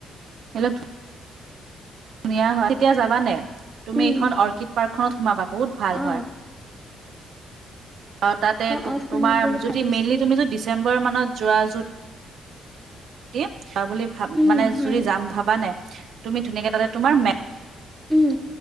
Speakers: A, on the right (about 70°); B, in the centre.
A: সেইবিলাক ধুনীয়া হয় তেতিয়া যাবা নে তুমি
B: উম
A: এইখন অৰ্কিড পাৰ্কখননত সোমাবা বহুত ভাল
B: অ
A: হয় অ তাতে
B: অ সোমাম
A: তোমাৰ
B: বুলি
A: যদি
B: ভাবিছো
A: মেইলি তুমি যদি দি ডিচেম্বৰ মানত যোৱা যুত দিম যাৱা বুলি ভা
B: উম
A: মানে
B: হয়
A: যদি যাম ভাবা নে তুমি ধুনীয়াকে তাতে তোমাৰ মে
B: উম